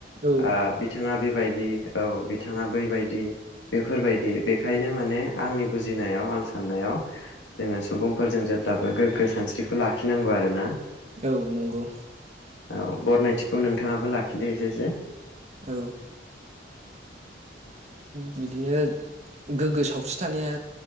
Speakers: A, on the right (about 40°); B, on the left (about 80°).
A: औ
B: ओ बिथाङा बेब बायदि औ बिथाङा बैबायदि बेफोरबायदि बेखायनो माने आंनि बुजिनायाव आं साननायाव जोङो सुबुंफोरजों जेब्लाबो गोग्गो सानस्रिखौ लाखिनांगौ आरोना।
A: औ नंगौ।
B: औ बरनायथिखौ नों थाङाबो लाखिदो एसेसो?
A: औ बिदिनो गोग्गो सावस्रि थानाया